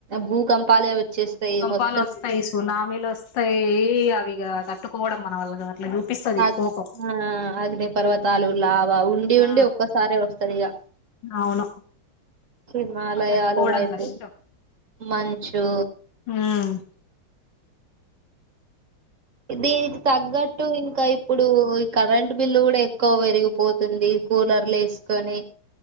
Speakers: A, on the right; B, on the left.
A: భూకంపాలే వచ్చేస్తాయి
B: భూకంపాలు
A: మొత్తం
B: వస్తాయి సునామీలు వస్తాయి అవిఇగ తట్టుకోవడం మన వల్ల కాదు అట్లా చూపిస్తది
A: అగ్
B: కోపం
A: ఆ అగ్ని పర్వతలు లావ అ ఉండి
B: ఆ
A: ఉండి ఒక్కసారే వస్తది ఇక
B: అవును
A: హిమాలయాళ
B: అది తట్టుకోవడం
A: వైపు
B: కష్టం
A: మంచు
B: ఉమ్
A: దీనికి తగ్గట్టు ఇంకా ఇప్పుడు ఈ కరెంట్ బిల్లు కూడా ఎక్కువ పెరిగిపోతుంది కూలర్లు వేసుకొని